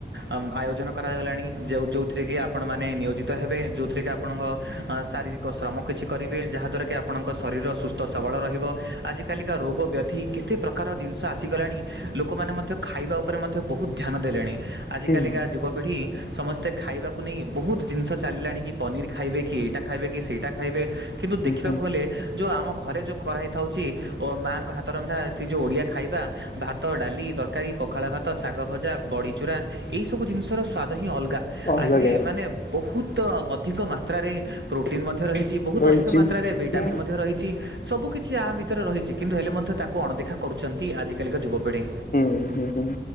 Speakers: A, on the right; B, on the left.
A: ଆମ୍ ଆୟୋଜନ କରାଗଲାଣି। ଯେ ଯୋଉଥିରେ କି ଆପଣମାନେ ନିୟୋଜିତ ହେବେ। ଯୋଉଥିରେ ଆ ଆପଣଙ୍କ ଆ ଶାରୀରିକ ଶ୍ରମ କିଛି କରିବେ। ଯାହାଦ୍ୱାରା କି ଆପଣଙ୍କ ଶରୀର ସୁସ୍ଥ ସବଳ ରହି ବ ଆଜିକାଲି ରୋଗ ବ୍ୟାଧି କେତେ ପ୍ରକାର ଜିନିଷ ଆସିଗଲାଣି। ଲୋକମାନେ ମଧ୍ୟ ଖାଇବା ଉପରେ ମଧ୍ୟ ବହୁତ ଧ୍ୟାନ ଦେଲେଣି। ଆଜି
B: ହୁଁ
A: କାଲିକା
B: ହୁଁ
A: ଯୁବ ପିଢି ସମସ୍ତେ ଖାଇବାକୁ ନେଇ ବହୁତ ଜିନିଷ ଚାଲିଲାଣି କି ପନିର ଖାଇବେ କି ଏଇଟା ଖାଇବେ କି ସେଇଟା ଖାଇବେ କିନ୍ତୁ ଦେଖିବାକୁ
B: ହୁଁ
A: ହେଲେ ଯୋଉ ଆମ ଘରେ ଯୋଉ କରା ହେଇଥାଉଚି। ଓ ମାଆଙ୍କ ହାତ ରନ୍ଧା ସେ ଯୋଉ ଓଡିଆ ଖାଇବା ଭାତ, ଡାଲି, ତରକାରୀ ପଖାଳ ଭା ତ ଶାଗ, ଭଜା ବଡ଼ିଚୁରା ଏଇ ସବୁ ଜିନିଷର ସ୍ୱାଦ ହିଁ ଅଲଗା।
B: ଅଲଗା
A: ଆହିଁରେ ମାନେ ବହୁତ ଅଧିକ ମାତ୍ରାରେ ପ୍ରୋଟିନ୍ ମଧ୍ୟ ରହିଚି। ବହୁତ
B: ରହିଛି।
A: ଅଧିକ ମାତ୍ରାରେ ଭିଟାମିନ୍
B: ହୁଁ
A: ମଧ୍ୟ ରହିଚି। ସବୁକିଛି ଆ ଭିତରେ ରହିଚି କିନ୍ତୁ ହେଲେ ମଧ୍ୟ ତାକୁ ଅଣଦେଖା କରୁଚନ୍ତି ଆଜିକାଲିକା ଯୁବପିଢ଼ି।
B: ହୁଁଁ ହୁଁ ହୁଁ